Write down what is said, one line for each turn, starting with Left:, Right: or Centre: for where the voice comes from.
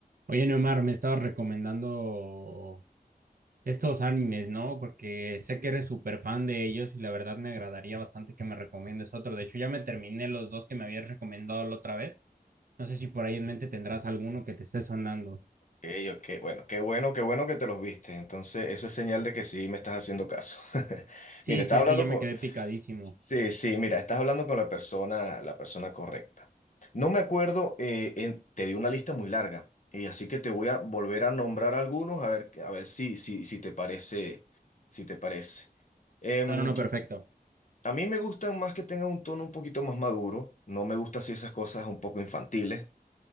Right: Oye, Neomar, me estabas recomendando estos animes, ¿no? Porque sé que eres súper fan de ellos y la verdad me agradaría bastante que me recomiendes otro. De hecho, ya me terminé los dos que me habías recomendado la otra vez. No sé si por ahí en mente tendrás alguno que te esté sonando.
Left: Ey, ok, Bueno, qué bueno, qué bueno que te los viste. Entonces, eso es señal de que sí me estás haciendo caso. <laughs>
Right: Sí,
Left: Mira, estás
Right: sí, sí,
Left: hablando
Right: ya me
Left: con...
Right: quedé picadísimo.
Left: Sí, sí, mira, estás hablando con la persona, la persona correcta. No me acuerdo, eh, en- te di una lista muy larga, y así que te voy a volver a nombrar algunos a ver, a ver si, si, si te parece, si te parece. Em,
Right: No, no, no, perfecto.
Left: a mí me gustan más que tengan un tono un poquito más maduro. No me gustan así esas cosas un poco infantiles.